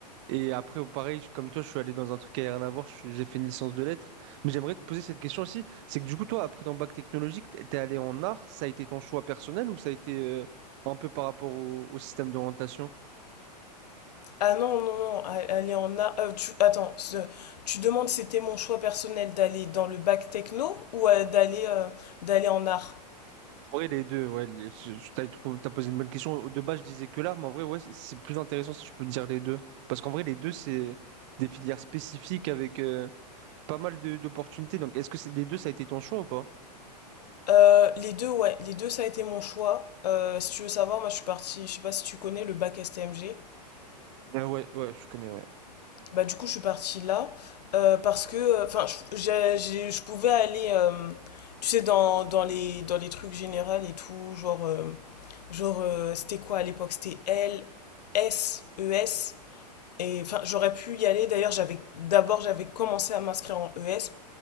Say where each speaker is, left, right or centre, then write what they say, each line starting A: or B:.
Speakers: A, on the right (about 45°); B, on the left (about 70°).
A: Et, et après, pareil, je- comme toi, je suis allé dans un truc qui n'a rien à voir, je- j'ai fait une licence de lettres. Mais j'aimerais te poser cette question aussi, c'est que du coup, toi, après ton bac technologique, t'es t'es allé en art, ça a été ton choix personnel ou ça a été euh, un peu par rapport au, au système d'orientation?
B: Ah non, non, non, a- aller en art. euh, tu, attends, ce- tu demandes c'était mon choix personnel d'aller dans le bac techno ou euh, d'aller euh, d'aller en art?
A: En vrai, les deux, ouais, les- je- je- t'as trou- t'as posé une bonne question. De base, je disais que l'art, mais en vrai, ouais, c'est c'est plus intéressant si je peux dire les deux. Parce qu'en vrai, les deux, c'est des filières spécifiques avec... euh, pas mal de- d'opportunités. Donc, est-ce que c'est- les deux, ça a été ton choix ou pas?
B: Euh, les deux, ouais, les deux, ça a été mon choix. Euh, si tu veux savoir, moi je suis partie, je sais pas si tu connais le bac STMG.
A: Ah ouais, ouais, je connais, ouais.
B: Bah du coup je suis partie là euh, parce que enfin je, j'ai- j'ai- je pouvais aller euh, tu sais dans, dans les dans les trucs généraux et tout genre euh, genre euh, c'était quoi à l'époque c'était L S E S et enfin j'aurais pu y aller d'ailleurs j'avais d'abord j'avais commencé à m'inscrire en ES